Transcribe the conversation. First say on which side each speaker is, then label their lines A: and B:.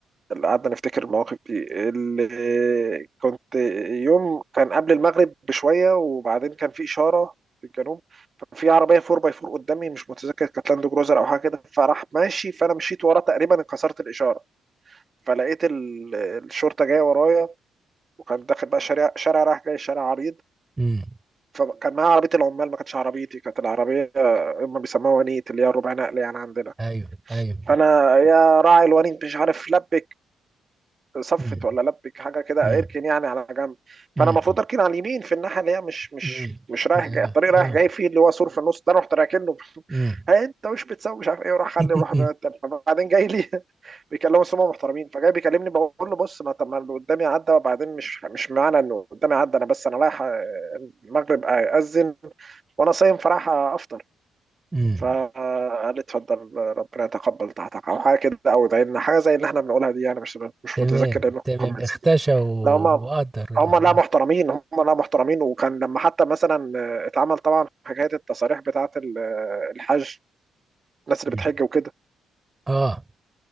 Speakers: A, on the right; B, on the right.
A: اللي قعدنا نفتكر المواقف دي اللي كنت يوم كان قبل المغرب بشوية وبعدين كان في إشارة في الجنوب ففي عربية 4 باي 4 قدامي مش متذكر كانت لاند كروزر أو حاجة كده فراح ماشي فأنا مشيت وراه تقريبا انكسرت الإشارة فلقيت ال- الشرطة جاية ورايا وكان داخل بقى شارع شارع رايح جاي شارع عريض
B: امم
A: فكان معايا عربية العمال ما كانتش عربيتي كانت العربية هم بيسموها ونيت اللي هي الربع نقل يعني عندنا
B: ايوه ايوه
A: فأنا يا راعي الونيت مش عارف لبك صفت
B: امم
A: ولا لبك حاجه كده
B: امم
A: اركن يعني على جنب
B: امم.
A: فانا المفروض اركن على اليمين في الناحيه اللي هي مش مش
B: امم
A: مش رايح
B: اه
A: جاي الطريق رايح
B: اه
A: جاي فيه اللي هو سور في النص ده رحت راكنه <laughs>
B: امم
A: هي انت مش بتسوي مش عارف ايه وراح خلي
B: <laughs>
A: وراح بعدين جاي لي <laughs> بيكلموا سمو محترمين فجاي بيكلمني بقول له بص ما طب ما اللي قدامي عدى وبعدين مش مش معنى انه قدامي عدى انا بس انا رايح آه، المغرب اذن وانا صايم فراح افطر
B: امم
A: فقال لي اتفضل ربنا يتقبل طاعتك او حاجه كده او ادعي لنا حاجه زي اللي احنا بنقولها دي يعني مش مش
B: تمام
A: متذكر لانه
B: تمام
A: كومنتس
B: اختشى و-
A: لا هم
B: وقدر الموضوع
A: هم لا محترمين هم لا محترمين وكان لما حتى مثلا آه، اتعمل طبعا حكايه التصاريح بتاعه ال- آه، الحج الناس اللي
B: مم.
A: بتحج وكده
B: اه